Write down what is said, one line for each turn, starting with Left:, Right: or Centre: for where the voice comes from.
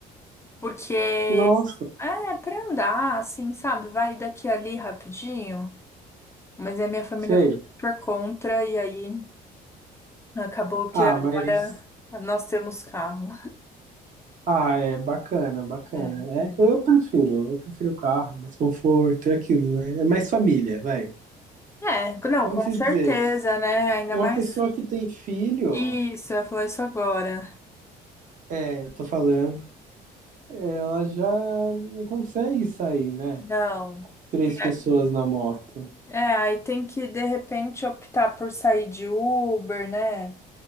Left: Porque
Right: nossa,
Left: é pra andar, assim, sabe? Vai daqui a ali rapidinho. Mas é a minha família
Right: sei.
Left: foi por contra, e aí acabou que
Right: Ah,
Left: agora
Right: mas
Left: nós temos carro.
Right: Ah, é bacana, bacana.
Left: É, é.
Right: É, eu prefiro, eu prefiro o carro, é mais conforto, é aquilo, né? É mais família, vai.
Left: É, não,
Right: Vamos
Left: com
Right: dizer,
Left: certeza, né? Ainda
Right: uma
Left: mais
Right: pessoa que tem filho,
Left: isso, eu ia falar isso agora.
Right: é, eu tô falando, ela já não consegue sair, né?
Left: Não.
Right: Três
Left: Tem que-
Right: pessoas na moto.
Left: É, aí tem que, de repente, optar por sair de Uber, né?